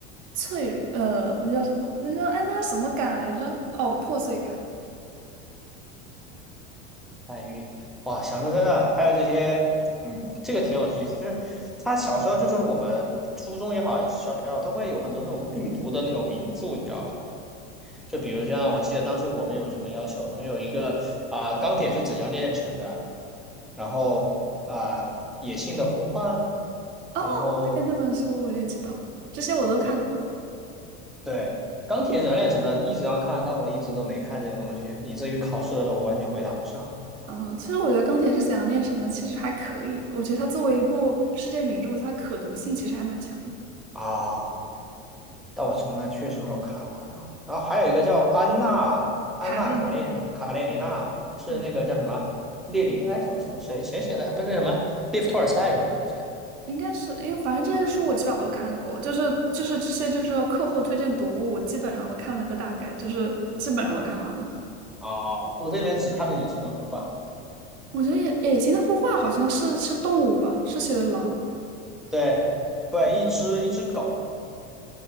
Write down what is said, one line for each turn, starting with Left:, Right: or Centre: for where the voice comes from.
Right: 脆，呃，那叫什么？那叫哎，那叫什么感来着？哦，破碎感。
Centre: 黛玉，哇，小说真的还有这些，嗯，这个挺有意思，就是他小时候就是我们初中也好，小学也好，都会有很多那种必读的那种名著，你知道吧？就比如像我记得当时我们有什么要求，我们有一个啊、钢铁是怎样炼成的，然后啊、野性的呼唤，
Right: 哦，
Centre: 然后
Right: 对，那本书我也知道，这些我都看过。
Centre: 对对，钢铁怎样炼成的一直要看，但我一直都没看这个东西，以至于考试的时候我完全回答不上
Right: 嗯，其实我觉得《钢铁是怎样炼成的》其实还可以，我觉得它作为一部世界名著，它可读性其实还蛮强的。
Centre: 啊。但我从来确实没有看过。然后，然后还有一个叫安娜安娜卡列卡列尼娜，
Right: 卡列尼娜，
Centre: 是那个叫什么列宁哎什么什么谁谁写的？
Right: 对，
Centre: 不是那什么列夫托尔斯泰是吧？还是谁？
Right: 应该是，因为反正这些书我基本上都看过，就是就是这些就是课后推荐读物，我基本上都看了个大概，就是基本上都看完了。
Centre: 哦，我这里面只看了《野性的呼唤》。
Right: 我觉得野野心的呼唤好像是是动物吧，是写的狼。
Centre: 对，对，
Right: 对
Centre: 一只一只狗。